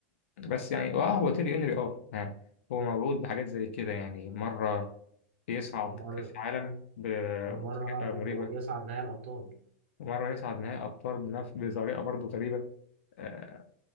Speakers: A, on the left; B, on the right.
A: بس يعني اه هو تيري هنري اه آه، هو موعود بحاجات زي كده يعني مره يصعد
B: مرة
A: كاس عالم بطريقه
B: ومرة
A: مريبه
B: يصعد نهائي الأبطال
A: ومره يصعد نهائي ابطال بنفس بطريقه برضه غريبه آه،